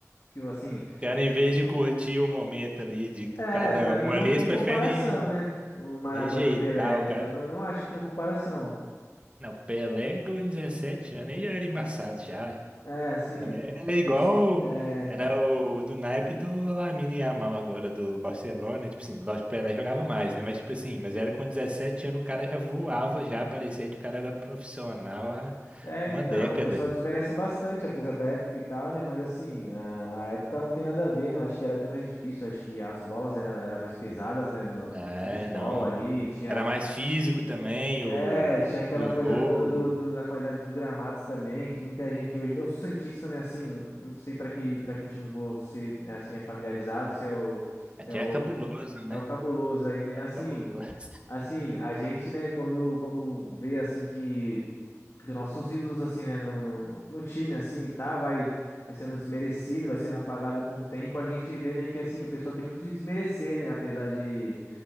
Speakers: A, on the left; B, on the right.
A: Que, assim.
B: Os caras, em vez de curtir o momento ali de cada
A: É, pra mim
B: um
A: não
B: ali,
A: tem
B: eles preferem
A: comparação, né? O Maradona
B: rejeitar
A: e o Pelé, né?
B: o cara.
A: Eu não, não acho que tem comparação.
B: Não, Pelé com 17 anos aí já era embaçado já.
A: É, assim,
B: Ela
A: o
B: é, ela é igual.
A: pesso- é,
B: Era o do naipe do Lamine Yamal agora, do Barcelona. Tipo assim, lógico, que o Pelé jogava mais, né? Mas, tipo assim, mas era com 17 anos, o cara já voava, já parecia que o cara era profissional há
A: é,
B: uma
A: então,
B: década.
A: o pessoal desmerece bastante, apesar da época e tal, né? Mas assim, a, a época não tem nada a ver, né? Eu acho que era até mais difícil, eu acho que as bolas eram era era mais pesadas, né? No-
B: É,
A: de futebol
B: não.
A: ali, tinha
B: Era mais físico também,
A: É,
B: o,
A: tinha aquela
B: o jogo.
A: coisa toda do, do- da qualidade dos gramados também, que muita gente hoje. Eu sou santista, né? Assim, não sei para que para que time você é, assim é familiarizado, se é o
B: Até
A: se é o
B: é cabuloso, né?
A: é o cabuloso aí, né?
B: É
A: Assim,
B: cabuloso. <laughs>
A: assim, a gente, né? Quando quando vê assim que, que nossos ídolos assim, né? No, no, no time assim e tal, vai vai sendo desmerecido, vai sendo apagado com o tempo, a gente vê né que assim o pessoal tem muito de desmerecer, né? Apesar de